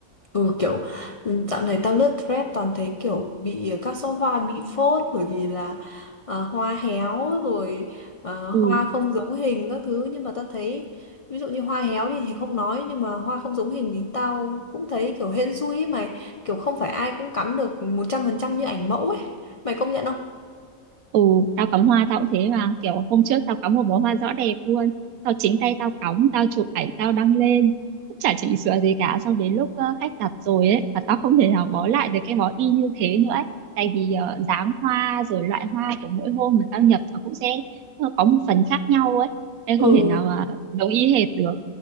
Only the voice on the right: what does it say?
ừ
ừ tao cắm hoa tao cũng thế mà kiểu hôm trước tao cắm một bó hoa rõ đẹp luôn tao chính tay tao cắm tao chụp ảnh tao đăng lên cũng chả chỉnh sửa gì cả xong đến lúc ờ, khách đặt rồi ấy và tao không thể nào bó lại được cái bó y như thế nữa ấy tại vì ờ, dáng hoa rồi loại hoa của mỗi hôm mà tao nhập nó cũng sẽ ờ, có một phần khác nhau ấy nên
không thể nào mà giống y hệt được